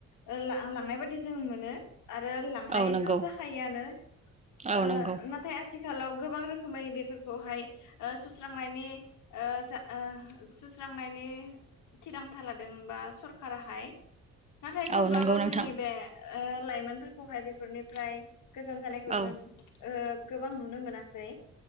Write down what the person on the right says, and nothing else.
औ नंगौ
औ
नंगौ
औ नंगौ नोंथां
औ